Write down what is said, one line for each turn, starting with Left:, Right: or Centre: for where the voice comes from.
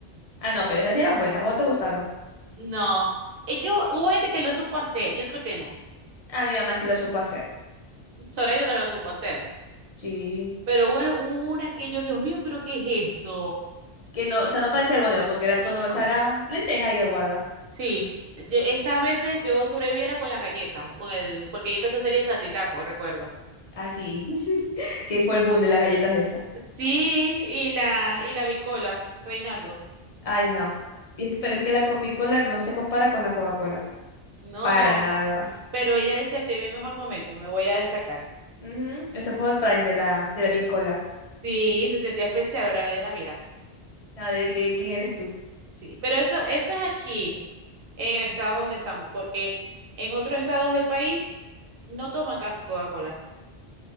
Left: Ah, no, pero esas sí eran buenas, ¿cómo te gustaron?
Right: No, es que hubo, hubo gente que lo supo hacer y otro que no.
Left: A mi mamá sí lo supo hacer.
Right: Zoraida también lo supo hacer,
Left: Sí.
Right: pero bueno, hubo una que yo, Dios mío, pero ¿qué es esto?
Left: Que no, o sea, no parecía albóndiga porque era todo,
Right: No,
Left: o sea, era lenteja y aguada.
Right: sí, yo- esas veces yo sobreviviera con las galletas, con el, porque ahí empezó a salir el saltitaco, recuerdo.
Left: Así. <laughs> Que fue el boom de las galletas esas.
Right: Sí, y la, y la bicola, reinando.
Left: Ay, no. Y es que- pero es que la Bicola no se compara con la Coca-Cola.
Right: No,
Left: Para
Right: no,
Left: nada.
Right: pero ella decía, estoy en mi mejor momento, me voy a destacar.
Left: Ujú, Ese fue el prime de la, de la Bicola.
Right: Sí, se sentía especial, ahora nadie la mira.
Left: La de que, ¿quién eres tú?
Right: Sí, pero eso, eso es aquí. en el estado donde estamos, porque en otros estados del país no toman casi Coca-Cola.